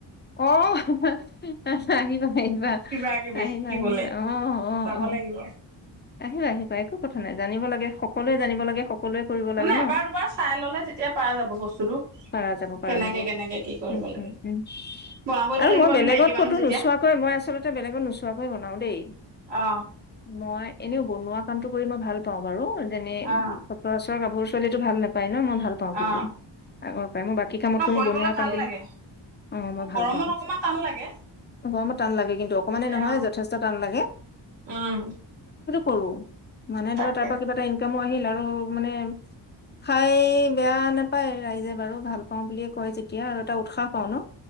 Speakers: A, on the left (about 25°); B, on the right (about 70°).
A: আহ', আহিবা-আহিবা-আহিবা-আহিবা
B: কিবা কিবি শিকিবলে
A: আহ-আহ-আহ,
B: যাব লাগিব
A: আহিবা-আহিবা একো কথা নাই জানিব লাগে, সকলোৱে জানিব লাগে। সকলোৱে কৰিব লাগে
B: মানে
A: ন
B: এবাৰ দুবাৰ চাই ললে তেতিয়া পাৰা যাব বস্তুটো।
A: পাৰা যাব পাৰা
B: কেনেকে
A: যাব উ',
B: কেনেকে কি কৰিব
A: উম',
B: লাগে বনাবতো
A: আৰু
B: লাগিব
A: মই
B: আমি
A: বেলেগত
B: মাইকী মানুহ
A: কতো
B: যেতিয়া
A: নোচোৱাকৈ মই আচলতে বেলেগত নোচোৱাকৈয় বনাও দেই
B: অ
A: মই এনে বনোৱা কামটো কৰি মই ভাল পাওঁ বাৰু। যেনে
B: অ
A: চ ৰ গভৰু ছোৱালীো ভাল নাপায়। ন মই ভাল পাওঁ
B: অ
A: কিন্তু। আগৰ পৰাই তাই বাকিকামত
B: ন
A: কিনো
B: কৰিবলৈ
A: বনুৱা
B: ভাল
A: কামত
B: লাগে
A: অ', ভাল
B: গৰমত
A: পাওঁ,
B: অকমান টান লাগে
A: মই বৰ টান লাগে অকন মানই নহয়
B: অ
A: যথেষ্ট টান লাগে।
B: উম
A: কৰো মানে
B: তাকে
A: ধৰা তাৰ পৰা কিবা এটা ইনকামো আহিল আৰু। আৰু মানে খাই বেয়া নাপায় ৰাইজে। বাৰু ভাল পাও বুলিয়ে কয় যেতিয়া আৰু এটা উৎসাহ পাও ন।